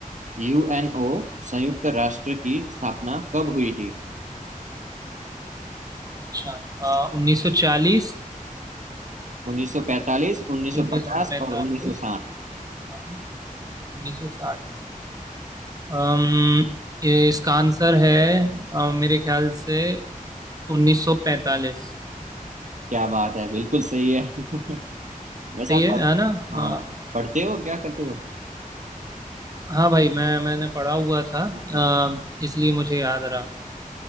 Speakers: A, on the right; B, on the right.
A: यूएनओ संयुक्त राष्ट्र की स्थापना कब हुई थी
B: अच्छा आ, 1940
A: 1945 1950
B: 1945
A: और 1960
B: हाँ 1960 अम, ये इसका आंसर है अम, मेरे ख्याल से 1945
A: क्या बात है बिल्कुल सही है <laughs> वैसे
B: सही
A: आप
B: है
A: पढ़,
B: है ना
A: हाँ
B: हाँ
A: पढ़ते हो क्या करते हो
B: हाँ भाई मैं मैंने पढ़ा हुआ था
A: अच्छा
B: अम, इसलिए मुझे याद रहा